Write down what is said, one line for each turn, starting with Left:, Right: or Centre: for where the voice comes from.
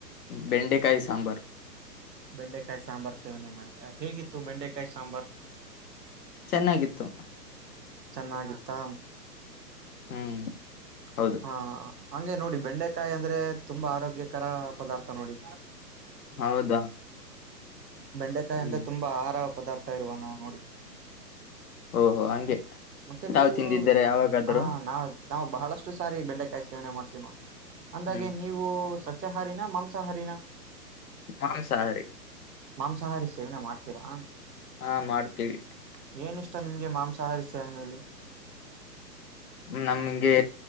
Left: ಬೆಂಡೆಕಾಯಿ ಸಾಂಬಾರು
Right: ಬೆಂಡೆಕಾಯಿ ಸಾಂಬಾರ್ ಸೇವನೆ ಮಾಡ ಹೇಗಿತ್ತು ಬೆಂಡೆಕಾಯಿ ಸಾಂಬಾರ್
Left: ಚೆನ್ನಾಗಿತ್ತು
Right: ಚೆನ್ನಾಗಿತ್ತಾ
Left: ಹ್ಮ್ ಹೌದು
Right: ಹಾ ಹಂಗೆ ನೋಡಿ ಬೆಂಡೆಕಾಯಿ ಅಂದ್ರೆ ತುಂಬಾ ಆರೋಗ್ಯಕರ ಪದಾರ್ಥ ನೋಡಿ
Left: ಹೌದಾ
Right: ಬೆಂಡೆಕಾಯಿ
Left: ಹ್ಮ್
Right: ಅಂದ್ರೆ ತುಂಬಾ ಆಹಾರ ಪದಾರ್ಥ ಇರ್ರುವ ನಾ ನೋಡಿ
Left: ಓಹೋ ಹಂಗೆ
Right: ಮತ್ತೆ
Left: ತಾವು
Right: ನೀವು
Left: ತಿಂದಿದ್ದರೆ ಯಾವಾಗಾದ್ರು
Right: ಹಾ ನಾವ ನಾವು ಬಹಳಷ್ಟು ಸಾರಿ ಬೆಂಡೆಕಾಯಿ ಸೇವನೆ ಮಾಡ್ತೀವಿ ನೋಡಿ ಅಂದಾಗೆ
Left: ಹ್ಮ್
Right: ನೀವು ಸಸ್ಯಾಹಾರಿನ ಮಾಂಸಹಾರಿನ
Left: ಮಾಂಸಹಾರಿ
Right: ಮಾಂಸಾಹಾರಿ ಸೇವನೆ ಮಾಡ್ತೀರಾ
Left: ಹಾ ಮಾಡ್ತೀವಿ
Right: <inaudible> ಏನಿಷ್ಟ ನಿಮ್ಗೆ ಮಾಂಸಾಹಾರಿ ಸೇವನೆ ಅಲ್ಲಿ
Left: ನಮ್ಗೆ